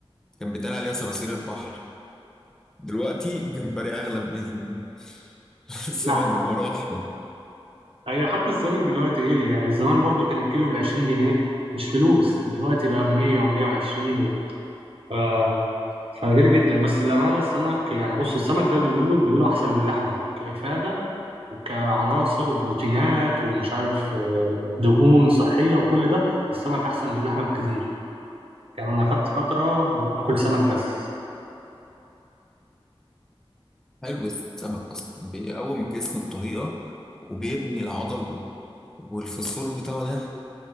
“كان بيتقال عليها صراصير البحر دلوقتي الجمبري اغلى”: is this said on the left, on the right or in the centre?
Centre